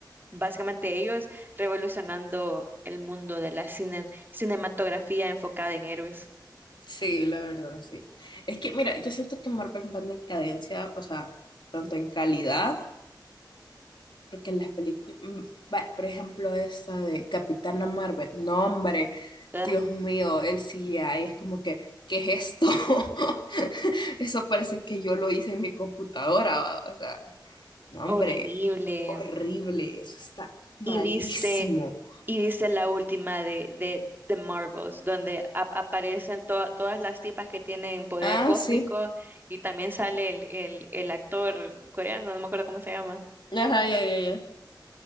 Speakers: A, on the right; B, on the left.
A: básicamente ellos revolucionando el mundo de la cine- cinematografía enfocada en héroes.
B: sí, la verdad, sí. Es que, mira, yo siento que Marvel va en decadencia, o sea, tanto en calidad Porque en las películas, mm, bueno, por ejemplo, esta de Capitana Marvel, no, hombre,
A: Ugh,
B: Dios mío, el CGI es como que, ¿qué es esto? <laughs> Eso parece que yo lo hice en mi computadora, va, o sea, no, hombre,
A: horrible.
B: horrible, eso está malísimo.
A: y viste, y viste la última de, de, The Marvels, donde ap- aparecen to- todas las tipas que tienen poder
B: Ah,
A: cósmico
B: sí,
A: y también sale el, el, el actor coreano, no me acuerdo cómo se llama.
B: ajá, ya, ya, ya,